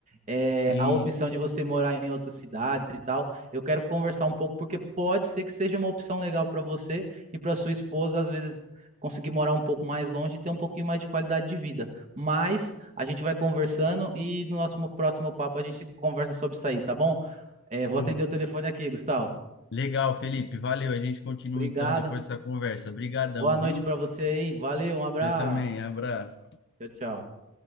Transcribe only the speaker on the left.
isso.
Pô,
Legal, Felipe. Valeu. A gente continua
então depois dessa conversa. Obrigadão,
viu?
Você também. Abraço.